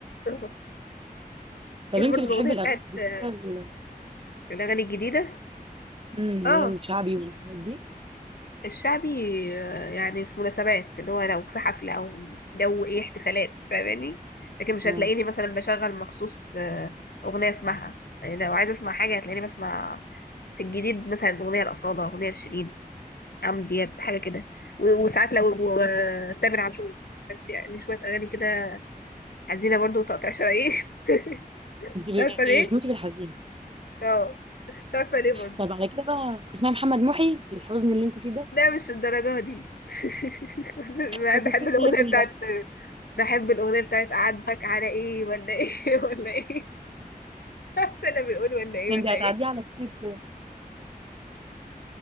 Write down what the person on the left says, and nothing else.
آه.
كان
برضه
الاغنيه
بتاعت
آه،
الاغاني الجديده
اه
الشعبي آه، يعني في مناسبات اللي هو لو في حفله او جو ايه احتفالات فاهماني لكن مش
هتلاقيني مثلا بشغل مخصوص آه، اغنيه اسمعها يعني لو عايزه اسمع حاجه هتلاقيني بسمع في الجديد مثلا أغنية الأصالة أغنية لشيرين عمرو دياب حاجه كده و- وساعات لو و- تامر عاشور بس يعني شويه اغاني كده حزينه برضو وتقطيع شرايين <laughs>
مش عارفه ليه
اه مش عارفه ليه برضو
لا مش الدرجه دي <laughs> بحب
بحب الاغنيه
بتاعت
بحب الاغنيه بتاعت اعاتبك على ايه ولا ايه <laughs> ولا ايه مش انا بيقول ولا ايه
ولا
ايه